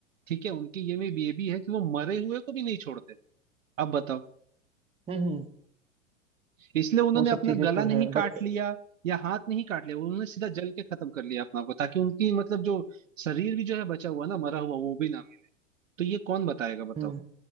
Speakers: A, on the right; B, on the right.
A: ठीक है उनके ये में भी ये भी है कि वो मरे हुए को भी नहीं छोड़ते अब बताओ
B: हम्म हम्म,
A: इसलिए उन्होंने
B: वो सब
A: अपना
B: चीजें
A: गला
B: तो
A: नहीं
B: है
A: काट
B: बट
A: लिया या हाथ नहीं काट लिया उन्होंने सीधा जल के खत्म कर लिया अपना को ताकि उनकी मतलब जो शरीर भी जो है बचा हुआ ना मरा हुआ वो भी ना मिले तो ये कौन बताएगा बताओ
B: हम्म